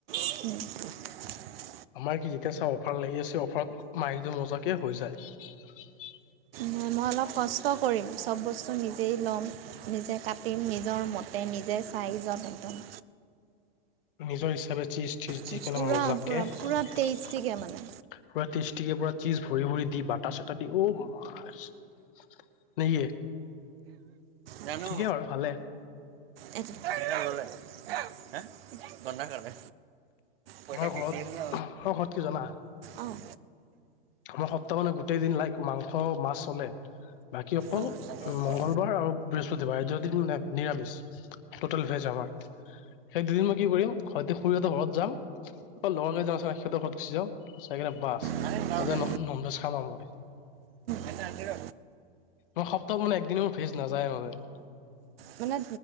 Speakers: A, on the right; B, on the left.
A: উম।
B: আমাৰ কি যেতিয়া চাওঁ অফাৰ লাগি আছে অফাৰত মাৰি দিও মজাকে হৈ যায়।
A: মই অলপ কষ্ট কৰিম চব বস্তু নিজেই ল'ম নিজে কাটিম নিজৰ মতে নিজে চাইজত একদম।
B: নিজৰ ইচ তাৰপিছত চিজ টিজ
A: পূৰা
B: দি কেনে মজাকে
A: পূৰা পূৰা টেষ্টিকৈ
B: পুৰা
A: মানে
B: টেষ্টিকে পুৰা চিজ ভৰি ভৰি দি বাটাৰ চাটাৰ দি ঔ মা নেকি?
A: জানো
B: ঠিকেই বাৰু ভালে।
A: এইটো পইচা ল'লে হা বন্ধা খালে পইচা
B: আমাৰ
A: কি
B: ঘৰত
A: কেছ ন
B: ঘ ঘৰত কি জানা?
A: অঁ
B: আমাৰ সপ্তাহ মানে গোটেই দিন লাইক মাংস মাছ চলে বাকী অকল
A: অঁ চাব পোৱা
B: মংগলবাৰ আৰু বৃহস্পতিবাৰ এই দুদিন মানে নিৰামিষ, টটেল ভেজ আমাৰ সেই দুদিন মই কি কৰিম হয় খুৰীহঁতৰ ঘৰত যাম আকৌ লগৰ কেইজন যা সিহঁতৰ ঘৰত গুচি যাওঁ যাই কিনে বাছ তাতে
A: মানে আৰে নাও দে
B: ন ননভেজ খাম আৰু মই।
A: এটা আনি ৰ
B: মই সপ্তাহ মানে একদিন মোৰ ভেজ নাযায় মানে।
A: মানে